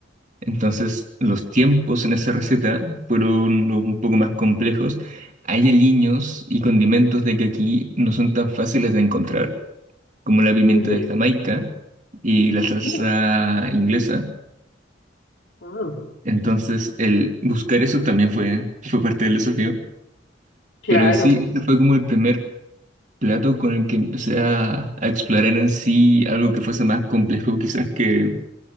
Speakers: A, on the right (about 40°); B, on the left (about 65°).
A: Entonces, los tiempos en esa receta fueron los un poco más complejos. Hay aliños y condimentos de que aquí no son tan fáciles de encontrar, como la pimienta
B: ujú.
A: de Jamaica y la salsa
B: Oh,
A: inglesa.
B: ah,
A: Entonces, el buscar eso también fue, fue parte del desafío.
B: claro.
A: Pero en sí, este fue como el primer plato con el que empecé a, a explorar en sí algo que fuese más complejo quizás que,